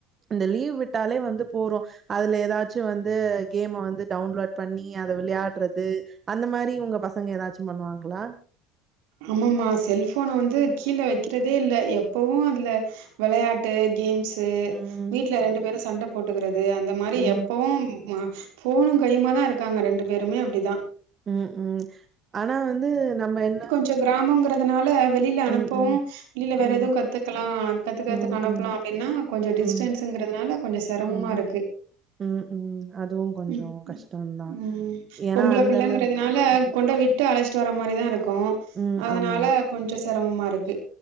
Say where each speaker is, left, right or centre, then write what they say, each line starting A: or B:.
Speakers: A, on the right (about 40°); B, on the right (about 75°).
A: இந்த லீவ் விட்டாலே வந்து போறோ அதுல ஏதாச்சு வந்து கேம வந்து டவுன்லோட் பண்ணி அத விள்யாட்றது அந்த மாரி உங்க பசங்க ஏதாச்சும் பண்ணுவாங்களா
B: அம்மம்மா செல்போன வந்து கீழ்ல வெக்கிறதே இல்ல எப்பவு அதுல வெளையாட்டு கேம்ஸ் து
A: ம்
B: வீட்டுல ரெண்டு பேரு சண்ட போட்டுக்கிறது அந்த மாரி
A: ம்
B: எப்பவு போஃனு கையுமா தா இருக்காங்க ரெண்டு பேருமே அப்டிதா
A: ம் ம் ஆனா வந்து நம்ம என்ன
B: கொஞ்சோ கிராம்ங்க அதனால வெளியில அனுப்போ
A: ம் ம்
B: வெளியில வேற
A: ம்
B: எதுவு கத்துக்கலா கத்துக்கதுக்கு
A: ம்
B: அனுப்பலா
A: ம்
B: அப்டின்னா கொஞ்சோ
A: ம்
B: டிஸ்டன்ஸங்கிறதுனால கொஞ்சோ செரமமா
A: ம்
B: இருக்கு
A: ம் ம் அதுவு கொஞ்சோ
B: ம்
A: கஷ்டந்தா
B: ம்
A: ஏன்னா
B: பொம்பளை
A: அந்த
B: பிள்ளைங்கிறதுனால
A: அளவுக்கு ம்
B: கொணடோ விட் டு அழைச்சிட்டு வர மாதிரிதா இருக்கு
A: ம்
B: அதனால
A: ஆமா
B: கொஞ்ச சிரமமா இருக்கு